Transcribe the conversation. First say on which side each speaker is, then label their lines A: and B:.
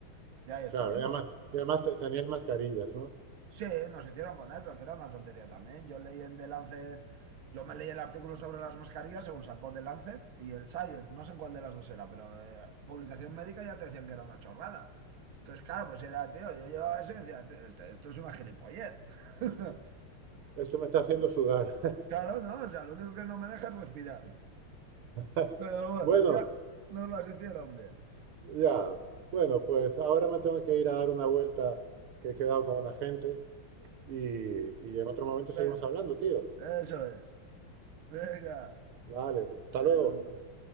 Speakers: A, on the right; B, on the right.
A: Y ahí estuvimos.
B: claro. Y además, y además te- tenías mascarillas, ¿no?
A: Sí, nos hicieron poner, pero que era una tontería también. Yo leí en The Lancet, yo me leí el artículo sobre las mascarillas según sacó The Lancet y el Science, no sé en cuál de las dos era, pero eh, publicación médica ya te decían que era una chorrada. Entonces, claro, pues era, tío, yo llevaba eso y decía, "Tío, esto, esto es una gilipollez. <laughs>
B: Esto me está haciendo sudar.
A: Claro, no, o sea, lo único que no me deja es respirar.
B: <laughs>
A: Pero bueno,
B: Bueno,
A: ya nos las hicieron bien.
B: Ya, bueno, pues ahora me tengo que ir a dar una vuelta que he quedado con una gente y, y en otro momento seguimos
A: Venga,
B: hablando, tío.
A: eso es. Venga,
B: Vale, hasta
A: adiós.
B: luego.